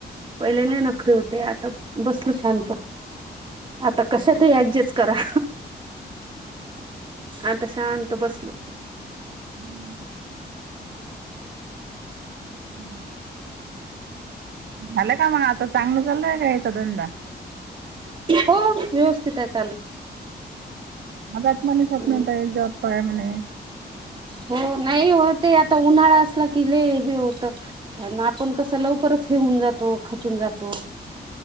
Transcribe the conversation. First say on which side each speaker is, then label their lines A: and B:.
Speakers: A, on the right; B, on the right.
A: पहिले लय नकरे होते आता बसल शांत. आता कश तरी ऍडजस्ट करा. आता शांत बसलो.
B: हम्म. हम. झालं का मग आता चांगलं चालय का एचा धंदा.
A: हो व्यवस्थित आहे चालू.
B: मधात म्हणे सपना
A: हम्म.
B: ताई जॉब पाय म्हणे.
A: हो नाही व हो ते आता उन्हाळा असला की लेय हे होत. आपण कसं लवकरच हेऊन जातो खचून जातो.